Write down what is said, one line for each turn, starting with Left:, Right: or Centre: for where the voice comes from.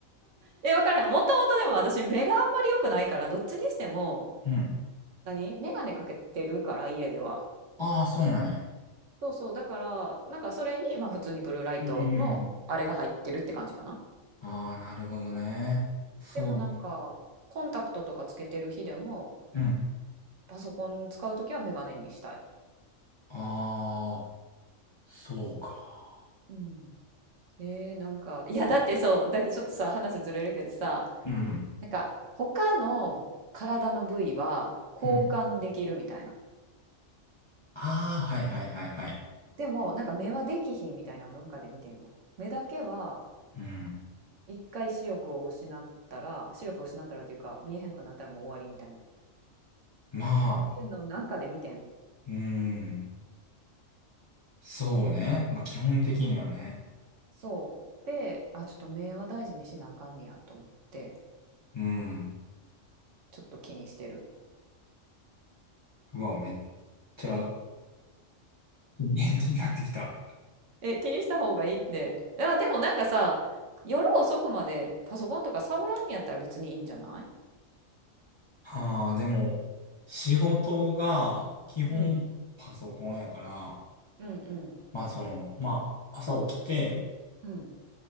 Right: え、わからへん。もともとでも私目があんまり良くないから、どっちにしても、
Left: うん。
Right: 何メガネかけてるから、家では。
Left: ああ、そうなんや。
Right: そうそう。だから、なんかそれに、まあ普通にブルーライトのあれが入ってるって感じかな。
Left: うんうん。ああ、なるほどね。そう。
Right: でもなんか、コンタクトとかつけてる日でも、
Left: うん。
Right: パソコン使うときはメガネにしたい。
Left: ああ、そうか。
Right: うん。えー、なんか、いや、だってそう、だけどちょっとさ、話ずれるけどさ、
Left: うん
Right: なんか、他の体の部位は交換できるみたいな。
Left: うん。ああ、はいはいはいはい。
Right: でも、なんか目はできひんみたいなのどっかで見てんな。目だけは、
Left: うん。
Right: 一回視力を失ったら、視力を失ったらっていうか、見えへんくなったらもう終わりみたいな。っ
Left: ま
Right: ていうのをなんかで見てん。
Left: あ、うん。そうね。まあ基本的にはね。
Right: そう。で、あ、ちょっと目は大事にしなあかんねやと思って、
Left: うん。
Right: ちょっと気にしてる。
Left: うわ、めっちゃ元気になってきた。
Right: え、気にした方がいいって。いや、でもなんかさ、夜遅くまでパソコンとか触らんにやったら別にいいんじゃない
Left: ああ、でも、仕事が基本パソコンやから、
Right: うん。うんうん。
Left: まあその、まあ朝起きて、
Right: うん。